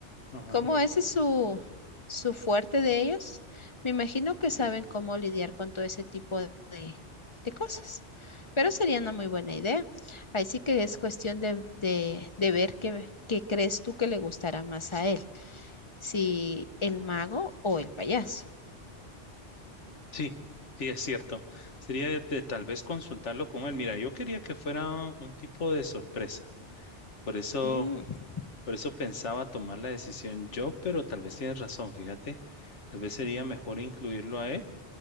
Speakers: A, on the left; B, on the left.
A: Ajá.
B: como ese es su, su fuerte de ellos, me imagino que saben cómo lidiar con todo ese tipo de, de cosas. Pero sería una muy buena idea. Ahí sí que es cuestión de, de, de ver qué, qué crees tú que le gustará más a él, si el mago o el payaso.
A: Sí, sí, es cierto. Sería de, de tal vez consultarlo con él. Mira, yo quería que fuera un tipo de sorpresa. Por eso,
B: Mm.
A: por eso pensaba tomar la decisión yo, pero tal vez tienes razón, fíjate. Tal vez sería mejor incluirlo a él